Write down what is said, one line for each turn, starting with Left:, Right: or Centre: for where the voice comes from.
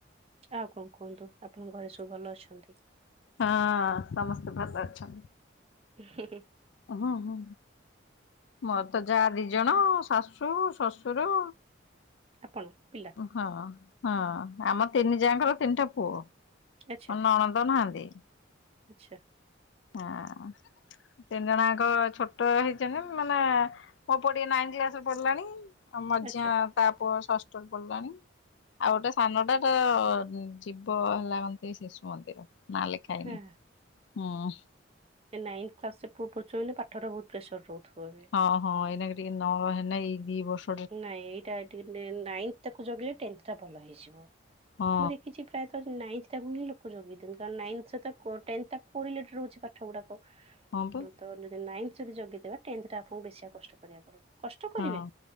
Right: ଆଉ କଣ କୁହନ୍ତୁ? ଆପଣଙ୍କ ଘରେ ସବୁ ଭଲ ଅଛନ୍ତି।
Left: ହଁ, ସମସ୍ତେ ଭଲ ଅଛନ୍ତି।
Right: <unintelligible>
Left: ହୁଁ ହୁଁ। ମୋ ତ ଯାହା ଦି ଜଣ ଶାଶୁ, ଶ୍ୱଶୁର।
Right: ଆପଣ। ପିଲା
Left: ହଁ ହଁ। ଆମ ତିନି ଯାଙ୍କର ତିନିଟା ପୁଅ।
Right: ଆଚ୍ଛା
Left: ମୋ ନଣଦ ନାହାଁନ୍ତି।
Right: ଆଚ୍ଛା।
Left: ହଁ। ତିନି ଜଣଙ୍କ ଛୋଟ ହେଇଛନ୍ତି ମାନେ ମୋ ପୁଅ ଟିକେ ନାଇନ କ୍ଲାସ ରେ ପଡିଲାଣି। ଆଉ ମଝିଆ
Right: ଆଚ୍ଛା
Left: ତା ପୁଅ ଷଷ୍ଠରେ ପଢିଲାଣି। ଆଉ ଗୋଟେ ସାନଟା ତ ଯିବ ହେଲା କନ୍ତି ଶିଶୁ ମନ୍ଦିର। ନାଆଁ ଲେଖା ହେଇନି।
Right: ହଁ।
Left: ହୁଁ।
Right: ନାଇନ୍ଥ କ୍ଲାସ ରେ ପୁଅ ପଡୁଚି ମାନେ ପାଠରେ ବହୁତ ପ୍ରେସର ରହୁଥିବ ଏବେ।
Left: ହଁ ହଁ ଏଇନାକେ ଟିକେ ନ ହେନା ଏଇ ଦି ବର୍
Right: ନାଇଁ ଏଇଟା ଟିକେ ନାଇନ୍ଥ ତାକୁ ଜଗିଲେ ଟେନ୍ଥ ଟା ଭଲ ହେଇଯିବ।
Left: ହଁ
Right: ମୁଁ ଦେଖିଛି ପ୍ରାୟତଃ ନାଇନ୍ଥ ଟା କୁ ହିଁ ଲୋକ ଯୋଗେଇ ଦିଅନ୍ତି କାନ ନାଇନ୍ଥ ରେ ତ କୋ ଟେନଥା କୋଉ ଏଲେକ୍ଟ୍ରି ରହୁଛି ପାଠ ଗୁଡାକ
Left: ହଁ ବା।
Right: ତ ଯଦି ନାଇନ୍ଥ ଯଦି ଜଗିଦେବା ଟେନ୍ଥ ଟା ଆପଣଙ୍କୁ ବେଶିଆ କଷ୍ଟ କରିବାକୁ ପଡ଼ିବ। କଷ୍ଟ କରିବେ।
Left: ହଁ